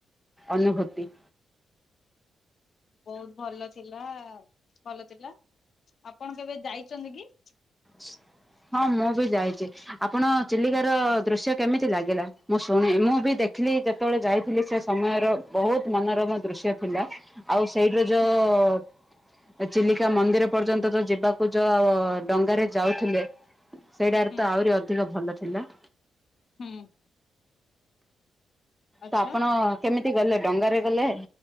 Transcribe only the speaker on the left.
ବହୁତ ଭଲ ଥିଲା ଭଲ ଥିଲା ଆପଣ କେବେ ଯାଇଛନ୍ତି କି?
ହୁଁ
ହୁଁ
ହୁଁ। ଆଚ୍ଛା